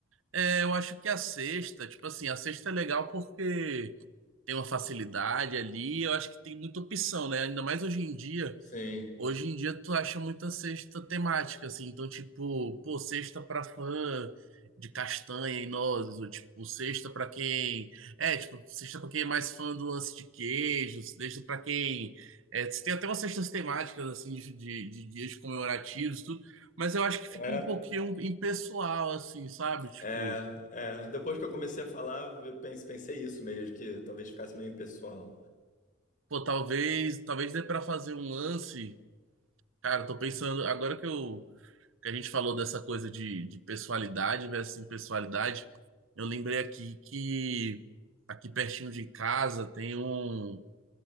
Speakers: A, on the right (about 80°); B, on the left (about 40°).
A: é, eu acho que a sexta, tipo assim, a sexta é legal porque. tem uma facilidade ali. Eu acho que tem muita opção, né? Ainda mais hoje em dia.
B: Sim.
A: Hoje em dia tu acha muita cesta temática, assim. Então, tipo, pô, cesta pra fã de castanha e nozes, ou tipo, cesta pra quem. É, tipo, cesta pra quem é mais fã do lance de queijos, cesta pra quem. É, tem até umas cestas temáticas, assim, de, de, de dias comemorativos, tudo. Mas eu acho que fica
B: É,
A: um pouquinho impessoal, assim, sabe? Tipo,
B: é, é. Depois que eu comecei a falar, eu pense- pensei isso mesmo, que talvez ficasse meio impessoal.
A: pô, talvez, talvez dê pra fazer um lance Cara, eu tô pensando, agora que eu que a gente falou dessa coisa de, de pessoalidade versus impessoalidade, eu lembrei aqui que aqui pertinho de casa tem um,